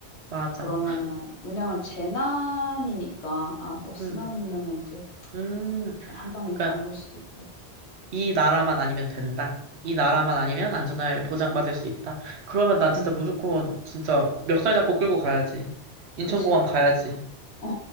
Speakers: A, on the right; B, on the left.
A: 맞아.
B: 그러면은 왜냐면 재난이니까 아 뭐 쓰나미면은
A: 음,
B: 이제
A: 음.
B: 그냥 한 방에
A: 그러니까
B: 가는 걸 수도 있고.
A: 이 나라만 아니면 된다. 이 나라만 아니면
B: 그렇지.
A: 안전을 보장받을
B: 어.
A: 수 있다. 그러면 난 진짜
B: 음.
A: 무조건 진짜 멱살 잡고 끌고 가야지. 인천공항
B: 그치.
A: 가야지.
B: 그러니까 어